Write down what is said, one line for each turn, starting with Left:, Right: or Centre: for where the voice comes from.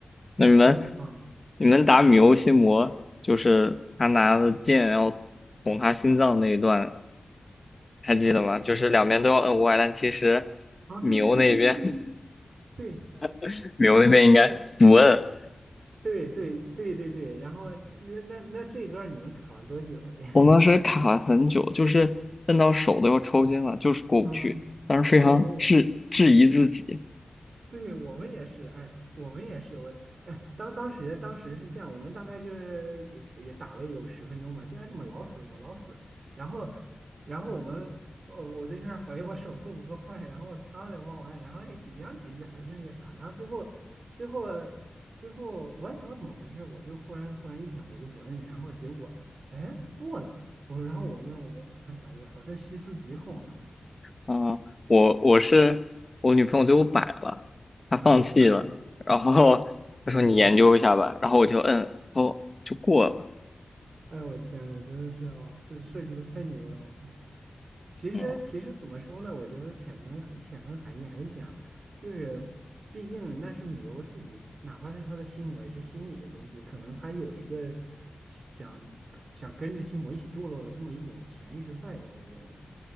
Left: 那你们
Right: 哇，真的很棒的，
Left: 你们打米欧心魔，
Right: 嗯
Left: 就是他拿着剑要捅他心脏那一段，
Right: 嗯
Left: 还记得吗？
Right: 嗯
Left: 就是两边都要摁歪，但其实米欧那边
Right: 啊，对对对对对对对对，
Left: <laughs> 米欧那边应该不摁。
Right: 那那我对对对对对，然后那那那这一段你们卡了多久？啊？这 <laughs>
Left: 我们当时卡了很久，就是摁到手都要抽筋了，就是过不去。
Right: 啊
Left: 当时非常质质疑自己。
Right: 啊，我对我们也是，哎，我们也是，我哎，当当时当时是这样，我们大概就是也也打了有十分钟吧，就哎怎么老死怎么老死，然后然后我们呃我对象怀疑我手速不够快，然后他来帮我按，然后哎一样结局还是那个啥，然后最后最后最后我也不知道怎么回事，我就忽然忽然一想我就不摁，然后结果哎过了，我然后我跟我对象讲，我操这细思极恐呀，我操
Left: 啊，我我是我女朋友最后摆了，她放弃了，
Right: 啊哎。
Left: 然后她说你研究一下吧，
Right: 啊
Left: 然后我就摁，哦，就过了。
Right: 哎，我天呐，真的是哇，这设计的太牛了！我看，其实其实怎么说呢？
Left: 嗯，
Right: 我觉得潜层潜层含义还是讲，就是毕竟那是米欧自己心，哪怕是他的心魔，也是心理的东西，可能他有一个想想跟着心魔一起堕落的这么一种潜意识在吧？我觉得